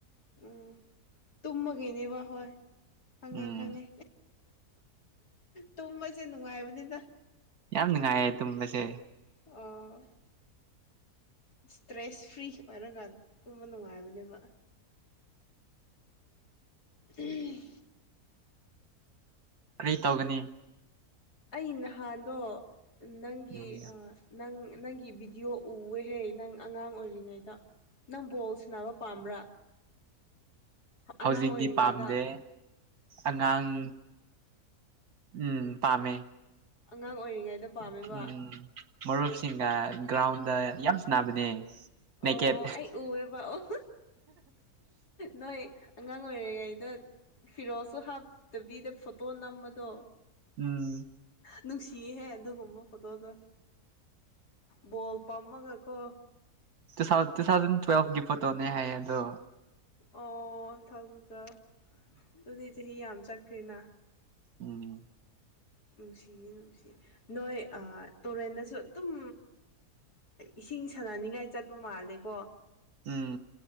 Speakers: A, on the left (about 80°); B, on the right (about 70°).
A: ꯎꯝ ꯇꯨꯝꯃꯒꯤꯅꯦꯕ ꯍꯣꯏ ꯈꯪꯉꯦ
B: ꯎꯝ
A: ꯈꯪꯉꯦ ꯇꯨꯝꯕꯁꯦ ꯅꯨꯡꯉꯥꯏꯕꯅꯤꯅ
B: ꯌꯥꯝ ꯅꯨꯡꯉꯥꯏ ꯇꯨꯝꯕꯁꯦ
A: ꯑꯣ ꯏꯁꯇ꯭ꯔꯦꯁ ꯐ꯭ꯔꯤ ꯑꯣꯏꯔꯒ ꯇꯨꯝꯕ ꯅꯨꯡꯉꯥꯏꯕꯅꯦꯕ ꯎꯝ
B: ꯀ꯭ꯔꯤ ꯇꯧꯒꯅꯤ
A: ꯑꯩ ꯅꯍꯥꯟꯗꯣ ꯅꯪꯒꯤ
B: ꯎꯝ
A: ꯑ ꯅꯪ ꯅꯪꯒꯤ ꯚꯤꯗꯤꯑꯣ ꯎꯋꯦꯍꯦ ꯅꯪ ꯑꯉꯥꯡ ꯑꯣꯏꯔꯤꯉꯩꯗ ꯅꯪ ꯕꯣꯜ ꯁꯅꯕ ꯄꯥꯝꯕ꯭ꯔꯥ ꯑꯉꯥꯡ
B: ꯍꯧꯖꯤꯛꯇꯤ
A: ꯑꯣꯏꯔꯤꯉꯩꯗ
B: ꯄꯥꯝꯗꯦ ꯑꯉꯥꯡ ꯎꯝ ꯄꯥꯝꯃꯦ
A: ꯑꯉꯥꯡ ꯑꯣꯏꯔꯤꯉꯩꯗ ꯄꯥꯝꯃꯦꯕ
B: ꯎꯝ ꯃꯔꯨꯞꯁꯤꯡꯒ ꯒ꯭ꯔꯥꯎꯟꯗ ꯌꯥꯝ ꯁꯥꯟꯅꯕꯅꯦ ꯅꯦꯀꯦꯠ
A: ꯑꯣ ꯑꯩ ꯎꯑꯦꯕ ꯑꯣ ꯅꯣꯏ ꯑꯉꯥꯡ ꯑꯣꯏꯔꯦꯉꯩꯗ ꯐꯤꯔꯣꯜꯁꯨ ꯍꯥꯞꯇꯕꯤꯗ ꯐꯣꯇꯣ ꯅꯝꯕꯗꯣ
B: ꯎꯝ
A: ꯅꯨꯡꯁꯤꯍꯦ ꯑꯗꯨꯒꯨꯝꯕꯨ ꯐꯣꯇꯣꯗꯣ ꯕꯣꯜ ꯄꯝꯃꯒꯀꯣ
B: ꯇꯨ ꯊꯥꯎ ꯇꯨ ꯊꯥꯎꯖꯟ ꯇꯨꯋꯦꯜꯒꯤ ꯐꯣꯇꯣꯅꯦ ꯍꯥꯏꯌꯦ ꯑꯗꯣ
A: ꯑꯣ ꯊꯗ꯭ꯔ ꯑꯗꯨꯗꯤ ꯆꯍꯤ ꯌꯥꯝ ꯆꯠꯈ꯭ꯔꯦꯅ
B: ꯎꯝ
A: ꯅꯨꯡꯁꯤꯌꯦ ꯅꯨꯡꯁꯤꯌꯦ ꯅꯣꯏ ꯇꯨꯔꯦꯟꯗꯁꯨ ꯑꯗꯨꯝ ꯏꯁꯤꯡ ꯁꯥꯟꯅꯅꯤꯡꯉꯥꯏ ꯆꯠꯄ ꯃꯥꯜꯂꯦꯀꯣ
B: ꯎꯝ